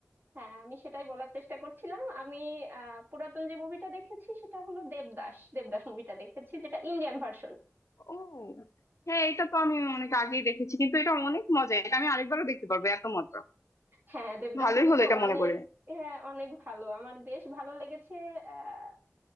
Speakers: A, on the right; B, on the left.
A: হ্যাঁ আমি সেটাই বলার চেষ্টা করছিলাম আমি আহ, পুরাতন যে মুভিটা দেখেছি সেটা হলো দেবদাস দেবদাস মুভিটা দেখেছি যেটা ইন্ডিয়ান ভার্সন
B: ও হ্যাঁ এটা তো আমি অনেক আগেই দেখেছি কিন্তু এটা অনেক মজা এটা আমি আরেকবারও দেখতে পারবো এত মজা
A: হ্যাঁ দেবদাস
B: ভালোই
A: মুভিটা
B: হলো এটা
A: অনেক
B: মনে করে
A: হ্যাঁ অনেক ভালো আমার বেশ ভালো লেগেছে আহ,